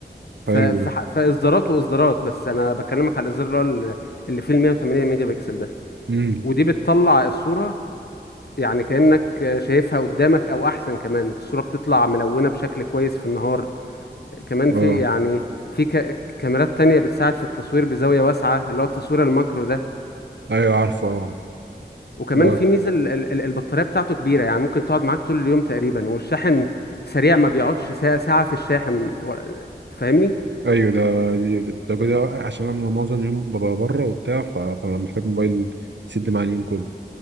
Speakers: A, on the left; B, on the right.
A: ف-
B: حلو
A: في
B: ده
A: ح- في اصدارات واصدارات بس انا بكلمك على الاصدار اللي هو ال- اللي فيه ال 108 ميجا بكسل ده
B: امم
A: ودي بتطلع الصوره يعني كانك شايفها قدامك او احسن كمان الصوره بتطلع ملونه بشكل كويس في النهار كمان في
B: اه
A: يعني في ك- كاميرات تانية بتساعد في التصوير بزاويه واسعه اللي هو التصوير الماكرو ده
B: ايوه عارفه اه
A: وكمان
B: لا
A: في ميزه ال- ال- ال- البطاريه بتاعته كبيره يعني ممكن تقعد معاك طول اليوم تقريبا والشاحن سريع ما بيقعدش ساعه ساعة في الشاحن و- فاهمني
B: ايوه ده دي- ده كده عشان انا معظم اليوم ببقى بره وبتاع فببقى محتاج موبايل يسد معايا اليوم كله